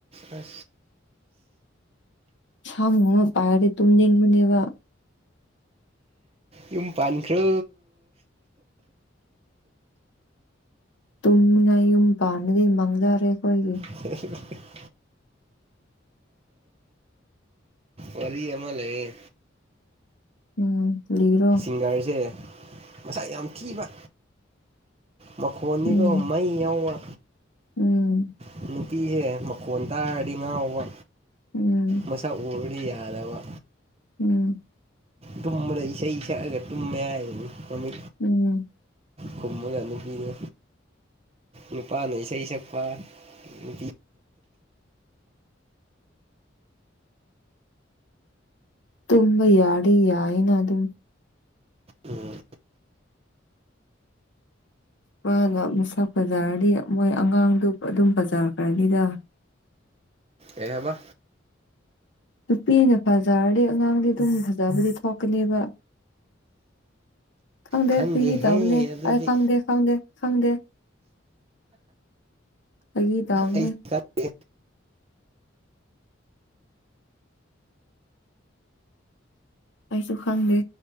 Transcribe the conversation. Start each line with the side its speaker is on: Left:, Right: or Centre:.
Right: ꯑ
Left: ꯁꯥ ꯑꯃ ꯄꯥꯏꯔꯗꯤ ꯇꯨꯝꯅꯤꯡꯕꯅꯦꯕ
Right: ꯌꯨꯝ ꯄꯥꯟꯈ꯭ꯔꯨ
Left: ꯇꯨꯝꯉꯥꯏ ꯌꯨꯝ ꯄꯥꯟꯅꯗꯤ ꯃꯪꯖꯔꯦ ꯑꯩꯈꯣꯏꯒꯤ
Right: <unintelligible> ꯋꯥꯔꯤ ꯑꯃ ꯂꯩꯌꯦ
Left: ꯎꯝ ꯂꯩꯔꯣ
Right: ꯁꯤꯡꯒꯔꯁꯦ ꯃꯁꯥ ꯌꯥꯝ ꯊꯤꯕ ꯃꯈꯣꯟꯅꯤꯒꯣ
Left: ꯎꯝ
Right: ꯃꯩ ꯌꯥꯎꯕ
Left: ꯎꯝ
Right: ꯅꯨꯅꯥꯄꯤꯍꯦ ꯃꯈꯣꯟ ꯇꯥꯔꯗꯤ ꯉꯥꯎꯕ
Left: ꯎꯝ
Right: ꯃꯁꯛ ꯎꯔꯗꯤ ꯌꯥꯗꯕ
Left: ꯎꯝ
Right: ꯇꯨꯝꯕꯗ ꯏꯁꯩ ꯁꯛꯑꯒ ꯇꯨꯝꯃꯦ ꯍꯥꯏꯅꯤꯃꯤ
Left: ꯎꯝ
Right: ꯈꯨꯝꯃꯒ ꯅꯨꯄꯤꯗꯣ ꯅꯨꯄꯥꯅ ꯏꯁꯩ ꯁꯛꯄ ꯅꯨꯄꯤ
Left: ꯇꯨꯝꯝꯕ ꯌꯥꯗ ꯌꯥꯏꯅ ꯑꯗꯨ
Right: ꯎꯝ
Left: ꯃꯥꯅ ꯃꯁꯛ ꯕꯖꯥꯔꯗꯤ ꯃꯣꯏ ꯑꯉꯥꯡꯗꯨ ꯑꯗꯨꯝ ꯕꯖꯥꯔ ꯈꯔꯅꯤꯗ
Right: ꯑꯦꯍꯕ
Left: ꯅꯨꯄꯤꯅ ꯐꯖꯔꯗꯤ ꯑꯉꯥꯡꯗꯤ ꯑꯗꯨꯝ ꯐꯖꯕꯨꯗꯤ ꯊꯣꯛꯀꯅꯦꯕ ꯐꯪꯗꯦ
Right: ꯈꯪꯗꯦꯍꯦ
Left: ꯃꯤ ꯇꯧꯕꯅꯦ
Right: ꯑꯗꯨꯗꯤ
Left: ꯑꯩ ꯈꯪꯗꯦ ꯐꯪꯗꯦ ꯐꯪꯗꯦ ꯑꯩꯒꯤ ꯇꯎꯝꯅꯦ
Right: ꯑꯩ ꯈꯪꯗꯦ
Left: ꯑꯩꯁꯨ ꯈꯪꯗꯦ